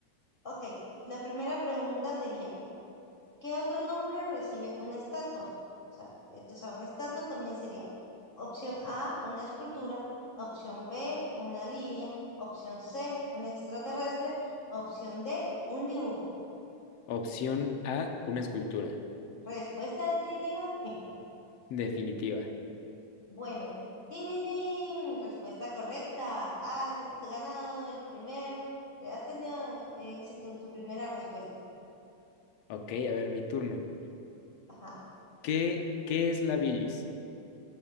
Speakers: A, on the left; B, on the left.
A: ok, la primera pregunta sería, ¿qué otro nombre recibe una estatua? O sea, eh, o sea, una estatua también sería Opción A, una escultura. Opción B, una línea. Opción C, un extraterrestre. Opción D, un dibujo.
B: Opción A, una escultura.
A: Respuesta definitiva. <laughs>
B: Definitiva.
A: Bueno, ¡tin, tin, tin! Respuesta correcta. Has ganado el primer, has tenido éxito en tu primera respuesta.
B: Ok, a ver, mi turno.
A: Ajá,
B: ¿Qué, qué es la bilis?